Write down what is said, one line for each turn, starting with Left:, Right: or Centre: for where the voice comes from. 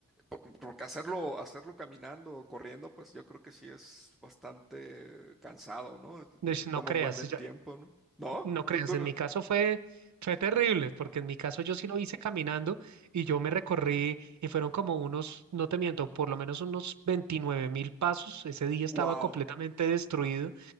Centre: Por- porque hacerlo, hacerlo caminando o corriendo, pues yo creo que sí es bastante cansado, ¿no? Te, te
Right: Ush,
Centre: te toma
Right: No creas,
Centre: un buen de
Right: ya-
Centre: tiempo, ¿no? ¿No?
Right: no creas,
Centre: Tú, tú
Right: en
Centre: lo...
Right: mi caso fue, fue terrible, porque en mi caso yo sí lo hice caminando y yo me recorrí y fueron como unos, no te miento, por lo menos unos veintinueve mil pasos. Ese día estaba
Centre: ¡Wow!
Right: completamente destruido